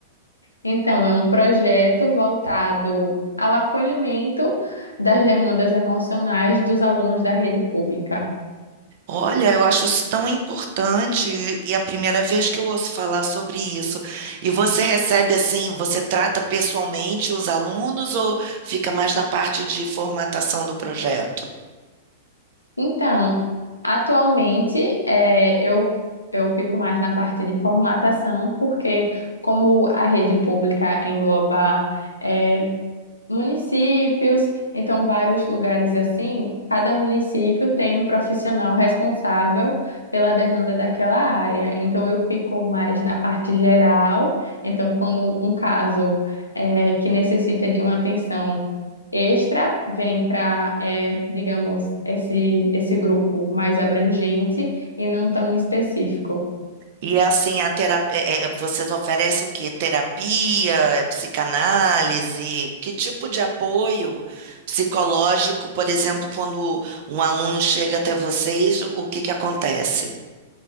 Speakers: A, on the left; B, on the right.
A: Então, é um projeto voltado ao acolhimento das demandas emocionais dos alunos da rede pública.
B: Olha, eu acho isso tão importante e é a primeira vez que eu ouço falar sobre isso. E você recebe assim, você trata pessoalmente os alunos ou fica mais na parte de formatação do projeto?
A: Então, atualmente é, eu, eu fico mais na parte de formatação, porque como a rede pública engloba eh, municípios, então vários lugares assim, cada município tem um profissional responsável pela demanda daquela área. Então eu fico mais na parte geral, então quando um caso é, que necessita de uma atenção extra vem para, digamos, esse, esse grupo mais abrangente e não tão específico.
B: E é assim, a terapia, vocês oferecem o quê? Terapia, é, psicanálise? Que tipo de apoio psicológico, por exemplo, quando um aluno chega até vocês, o que que acontece?